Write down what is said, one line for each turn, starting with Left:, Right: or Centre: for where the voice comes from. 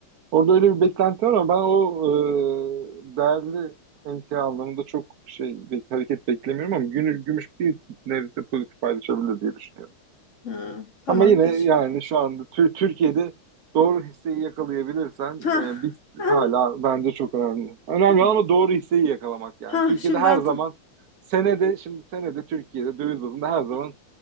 Right: Orada öyle bir beklenti var ama ben o e, değerli emtia anlamında çok şey bir hareket beklemiyorum ama günü gümüş bir nebze pozitif paylaşabilir diye düşünüyorum.
Left: Ha, tamam
Right: Ama yine
Left: biz.
Right: yani şu anda Tür- Türkiye'de doğru hisseyi yakalayabilirsen
Left: Ha,
Right: e, biz
Left: ha,
Right: hala bence çok önemli. Önemli
Left: tamam.
Right: olan ama doğru hisseyi yakalamak yani.
Left: Ha
Right: Türkiye'de
Left: şimdi
Right: her
Left: ben
Right: zaman
Left: tam.
Right: senede şimdi senede Türkiye'de döviz bazında her zaman